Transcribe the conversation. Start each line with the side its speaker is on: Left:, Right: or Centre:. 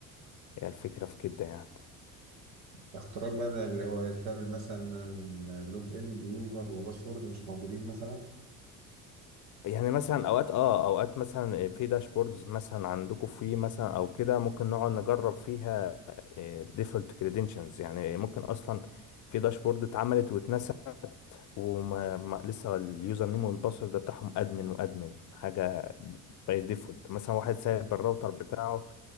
Left: هي الفكره في كده يعني
Right: اختراق بقى اللي هو بتعمل مثلا لوج ان بيوزر وباسورد مش موجودين مثلا
Left: يعني مثلا اوقات اه اوقات مثلا في داشبوردز مثلا عندكم في مثلا او كده ممكن نقعد نجرب فيها ديفولت كريدنشنز يعني ممكن اصلا في داشبورد اتعملت واتنست وما ما لسه اليوزر نيم والباسورد بتاعهم ادمن وادمن حاجه باي ديفولت مثلا واحد سايب الراوتر بتاعه